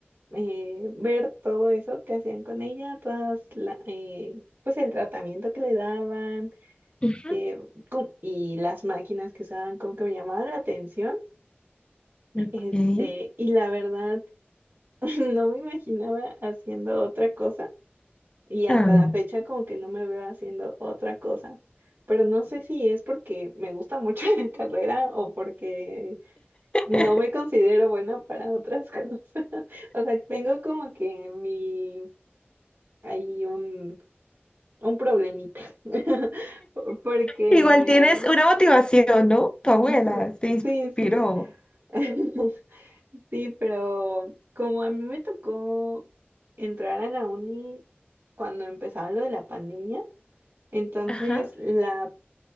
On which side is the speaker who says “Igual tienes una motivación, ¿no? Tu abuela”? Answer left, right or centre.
Left